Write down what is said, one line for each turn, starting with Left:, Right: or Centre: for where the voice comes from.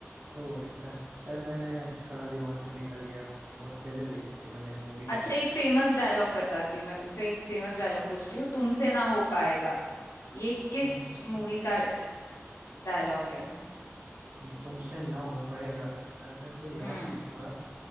Right: ओह अच्छा शायद मैंने थोड़ा दिमाग से निकल गया बहुत पहले देखी थी मैंने मूवी
Left: अच्छा एक फेमस डायलॉग बताती हूँ मैं तुमसे एक फेमस डायलॉग पूछती हूँ तुमसे ना हो पाएगा ये किस
Right: तुमसे
Left: मूवी का डायलॉग है
Right: तुमसे ना हो पाएगा यार मेरे को याद
Left: हम्म
Right: तो था